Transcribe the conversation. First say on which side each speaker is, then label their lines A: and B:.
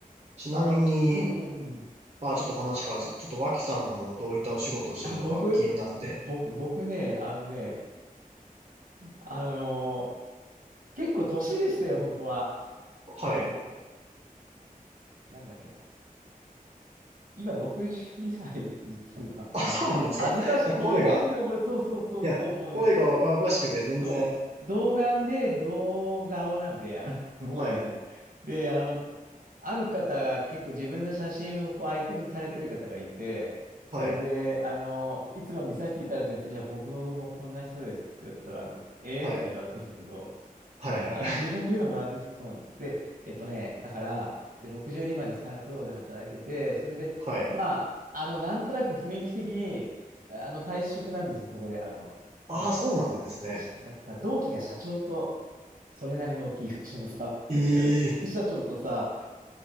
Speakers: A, on the right; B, on the right.
A: ちなみに、
B: あの、うんうんうん。
A: あ、ちょっと話変わるんですけど、ちょっと脇さんもどういったお仕事をしてるのか気になって、
B: あ、僕、僕、僕ね、あのね、あの、結構年でして本当は。
A: はい。
B: あの、なんだっけな。今62歳で、実は。
A: あ、
B: あの、
A: そうなんですか。
B: 恥ずかしくて言えないんだよ、
A: な声が、
B: これ。そうそうそうそう。
A: いや、
B: もうね、
A: 声が若々しくて全然、
B: そう、童顔で童顔なんで、あの、<laughs> もうね、
A: はい、
B: で、あの、ある方が結構自分の写真をこうアイコンにされてる方がいて、
A: はい、
B: それで、あの、いつも見させていただいてるんですけど、じゃあ僕もこんな人ですって言ったら、あの、ええー、
A: はい、
B: とか言われたんだけど、
A: はい、
B: はい、
A: はい、
B: あの、自分で言うのもなんですけど、そうなんです。で、えっとね、だから、で、62まで再雇用で働いてて、それで、
A: はい。
B: まあ、あの、なんとなく雰囲気的に、あの、退職なんですよ、そこで、あの、
A: ああ、
B: うん。
A: そうなんですね。
B: だってし、だってさ、同期が社長と、それなりの大きい会社のさ、<laughs>
A: ええ
B: 副社長とさ、